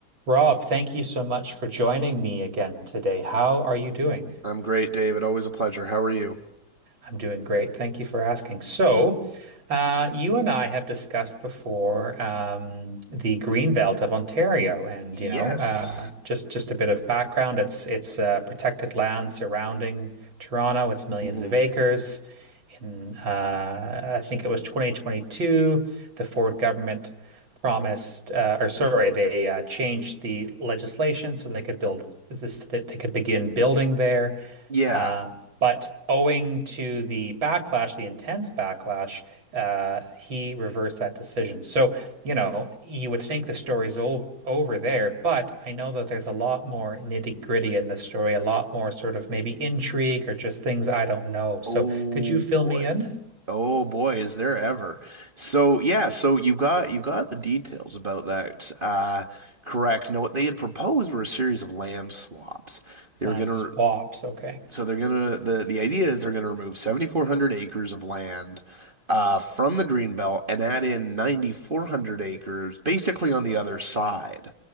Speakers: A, on the right (about 65°); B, on the right (about 30°).
A: Rob, thank you so much for joining me again today. How are you doing?
B: I'm great, David. Always a pleasure. How are you?
A: I'm doing great. Thank you for asking. So, uh, you and I have discussed before um, the Green Belt of Ontario, and
B: Yes.
A: you know, uh, just just a bit of background. It's it's uh, protected land surrounding Toronto. It's millions
B: hmm
A: of acres in uh, I think it was 2022, the Ford government promised, uh, or sorry, they uh, changed the legislation so they could build this, that they could begin building there.
B: Yeah.
A: Uh, but owing to the backlash, the intense backlash, uh, he reversed that decision. So, you know, you would think the story's all over there, but I know that there's a lot more nitty-gritty in the story, a lot more sort of maybe intrigue or just things I don't know. So,
B: Oh
A: could you fill
B: boy.
A: me in?
B: Oh boy, is there ever. So yeah, so you got you got the details about that uh correct. Now what they had proposed were a series of land swaps. They
A: Land
B: were gonna
A: swaps. Okay.
B: so they're gonna the the idea is they're gonna remove 7,400 acres of land uh, from the green belt and add in 9,400 acres, basically on the other side